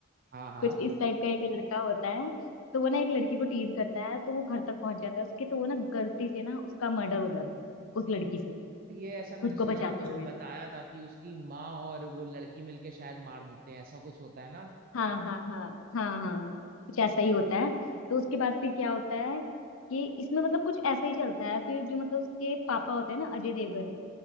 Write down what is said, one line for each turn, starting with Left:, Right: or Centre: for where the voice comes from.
Right: हाँ हाँ
Left: कुछ इस टाइप का एक लड़का होता है तो वो ना एक लड़की को टीज करता है तो वो घर तक पहुंच जाता है उसके तो वो ना गलती से ना उसका मर्डर हो जाता है उस लड़की से
Right: ये ऐसा मैंने
Left: खुद
Right: सुना
Left: को बचाते
Right: था मुझे
Left: हुए
Right: बताया था कि उसकी माँ और वो लड़की मिलके शायद मार देते हैं ऐसा कुछ होता है ना
Left: हाँ हाँ हाँ हाँ हाँ कुछ ऐसा ही होता है तो उसके बाद फिर क्या होता है कि इसमें मतलब कुछ ऐसा ही चलता है फिर जो मतलब उसके पापा होते हैं ना अजय देवगन